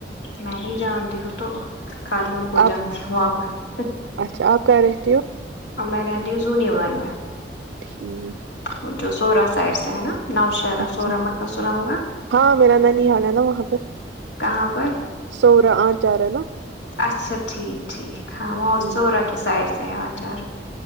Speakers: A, on the left (about 80°); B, on the right (about 80°).
A: میں نہیں جانتی ہوں تو خالی ہم کو
B: آپ
A: جانتی ہوں وہاں پر
B: اچھا آپ کہاں رہتی ہو
A: اور میں رہتی ہوں زونیمر میں
B: ٹھیک
A: بچہ سورا سائڈ سے ہے نا نو شہرا
B: اچھا
A: سورا متنا سنا ہوگا
B: ہاں میرا ننیال ہے نا وہاں پہ
A: کہاں پر
B: سوور آچار نا
A: اچھا ٹھیک ٹھیک ہاں وہ
B: ہمم
A: سورہ کے سائڈ ہان چار